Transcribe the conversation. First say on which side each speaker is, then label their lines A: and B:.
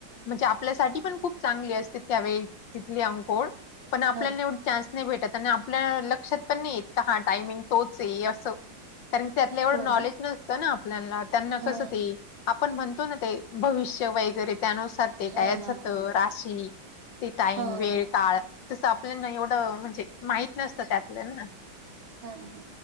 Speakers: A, on the left; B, on the right.
A: म्हणजे आपल्यासाठी पण खूप चांगली असते त्यावेळेस तिथली अंघोळ. पण आपल्याला
B: हा
A: एवढं चान्स नाही भेटत आणि आपल्या लक्षात पण नाही येत का हा टायमिंग तोच आहे असं. कारण त्यातलं एवढं
B: हो
A: नॉलेज
B: ना
A: नसतं ना आपल्याला त्यांना
B: हा
A: कसं ते आपण म्हणतो ना ते भविष्य वगैरे त्यानुस ते
B: हा
A: कायच
B: हा
A: होत
B: हा
A: राशी त टाईम
B: हा
A: वेळ
B: हा
A: काळ तसं आपल्याना एवढं म्हणजे माहित नसतं त्यातलं ना.
B: हा हा